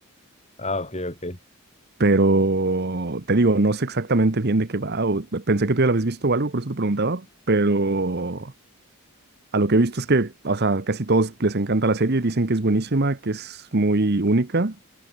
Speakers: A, on the left; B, on the right.
A: ah, ok, ok.
B: Pero te digo, no sé exactamente bien de qué va. o- pensé que tú ya la habías visto o algo, por eso te preguntaba. Pero a lo que he visto es que, o sea, casi todos les encanta la serie, dicen que es buenísima, que es muy única.